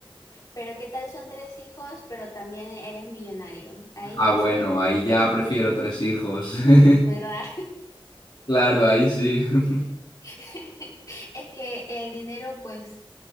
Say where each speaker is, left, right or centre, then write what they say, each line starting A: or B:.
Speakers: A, on the left; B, on the left.
A: Pero ¿qué tal son tres hijos, pero también eres millonario? Ahí
B: Ah,
A: ya no
B: bueno,
A: sería tan
B: ahí
A: difícil,
B: ya prefiero tres hijos. <laughs>
A: ¿verdad?
B: Claro, ahí sí. <laughs>
A: <laughs> Es que el dinero pues